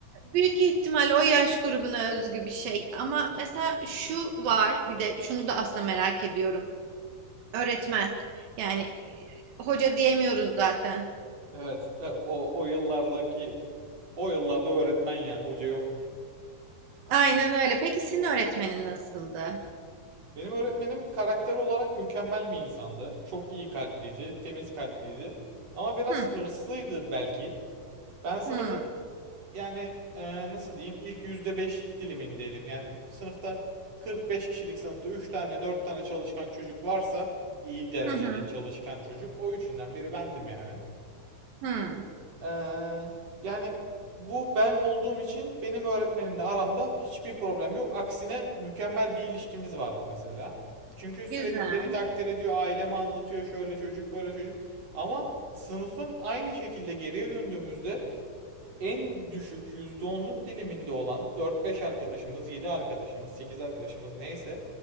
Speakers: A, on the right; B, on the right.
A: Büyük ihtimal o yaş grubuna özgü bir şey ama mesela şu var bir de şunu da aslında merak ediyorum. Öğretmen yani e, hoca diyemiyoruz zaten.
B: Evet, e, o o yıllardaki o yıllarda öğretmen ya, hoca yok.
A: Aynen öyle. Peki senin öğretmenin nasıldı?
B: Benim öğretmenim karakter olarak mükemmel bir insandı. Çok iyi kalpliydi, temiz kalpliydi. Ama biraz
A: Hı
B: hırslıydı belki. Ben sınıfın
A: hı
B: yani e, nasıl diyeyim ilk yüzde beşlik dilimindeydim. Yani sınıfta 45 kişilik sınıfta 3 tane 4 tane çalışkan çocuk varsa iyi derecede
A: hı hı.
B: çalışkan çocuk o üçünden biri bendim yani.
A: hı.
B: Ee, yani bu ben olduğum için benim öğretmenimle aramda hiçbir problem yok. Aksine mükemmel bir ilişkimiz vardı mesela. Çünkü sürekli
A: Güzel.
B: beni takdir ediyor, aileme anlatıyor, şöyle çocuk, böyle çocuk. Ama sınıfın aynı şekilde geriye döndüğümüzde en düşük yüzde onluk diliminde olan dört beş arkadaşımız, 7 arkadaşımız, 8 arkadaşımız neyse